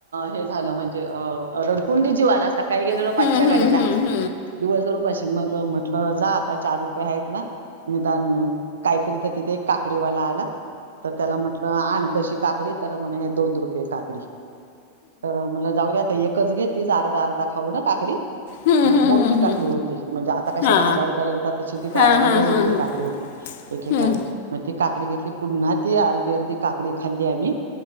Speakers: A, on the right (about 70°); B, on the left (about 50°).
A: हे झालं म्हणजे अ रडकुंडी जी आला. काही गेलेल
B: हम्म
A: पाचच्या
B: हम्म हम्म हम्म
A: गाडीला
B: हम्म हम्म हम्म
A: दिवस भर उपशी मग म्हटलं जा आता चार रुपये आहेत ना. निदान काहीतरी तर तिथे एक काकडीवाला आला तर त्याला म्हटलं आण काकडी तर म्हणे दोन रुपये काकडी तर म्हल जाऊ्या एक एकच घेतच अर्धा अर्धा खाऊ ना काकडी.
B: हम्म
A: मग
B: हम्म
A: मोठी
B: हम्म
A: काकडी होती म्हणजे आता कशा
B: हां
A: दहा दहा रुपये लेगतात तशी ती त्यावेेळेला
B: हां हां
A: दोन
B: हां
A: रुपये काकडी होती. एके
B: हम्म
A: का मग ती काकडी घेतली पुन्हा ती अर्धी अर्धी काकडी खाल्ली आम्ही